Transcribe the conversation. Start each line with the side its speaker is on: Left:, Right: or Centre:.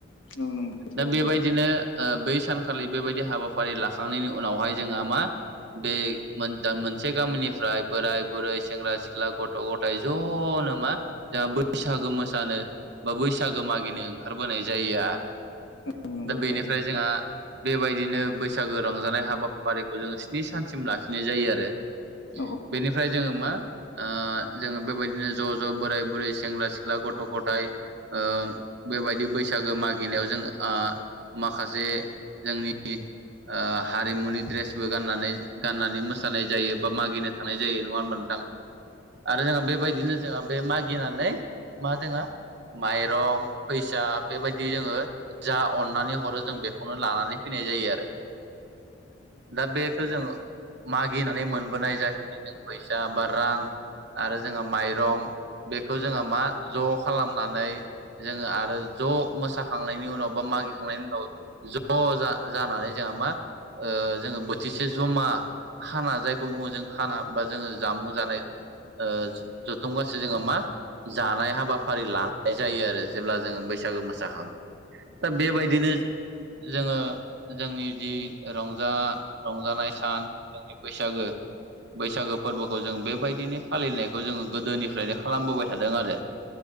Left: औ नंगौ। थारैनो
Right: दा बेबायदिनो बै सानखालि बेबायदि हाबाफारि लाखांनायनि उनावहाय जोंहा मा बे मोनसे गामिनिफ्राय बोराय बुरै सेंग्रा सिख्ला गथ' ग थाय ज'नो मा जोंहा बैसागो मोसानो बा बैसागो मागिनो ओंखारबोनाय जा जायो आरो
Left: औ नंगौ
Right: दा
Left: थारैनो औ नंगौ थारैनो औ नंगौ थारैनो
Right: बेनिफ्राय
Left: औ
Right: जोंहा बेबायदिनो बैसागो रंजानाय हाबाफारिखौ जों स्नि सानसिम लाखिनाय जायो आरो।
Left: औ
Right: बेनिफ्राय जोङो मा ओ जोङो बेबायदिनो ज' ज' बोराय बुरै सेंग्रा सिख्ला गथ' गथाय ओ बेबायदि बैसाग गो मागिनायाव जों आ माखासे जोंनि ओ हारिमुनि द्रेसबो गाननानै गाननानै मोसानाय जायो बा मागिनो थांनाय जायो नङा होनबा नोंथां आरो जोंहा बेबायदिनो जोंहा बे मागिनानै मा जोङो माइरं फैसाब बेबायदि जोङो जा अननानै हरो जों बेखौनो लानानै फैनाय जायो आरो दा बेखौ जों मागिनानै मोनबोनाय <unintelligible> जों फैसा बा रां आरो जोंहा माइरं बेखौ जोङो मा ज' खालामनानै जोङो आरो ज' मोसाखांनायनि उनाव बा मागिखांनायनि उनाव ज' जानानै जोंहा मा ओ जोङो बोथिसे जमा खाना जायखौ बुङो जों खाना बा जोङो जामुं जानाय ओ जथुम गासे जोङो मा जानाय हाबाफारि लानाय जायो आरो जेब्ला जोङो बै सागो मोसाखाङो दा बेबायदिनो जोङो जोंनि जि रंजा रंजानाय सान जोंनि बैसागो बैसागो फोरबोखौ जों बेबायदिनो फालिनायखौ जोङो गोदोनिफ्रायनो खालामबोबाय थादों आरो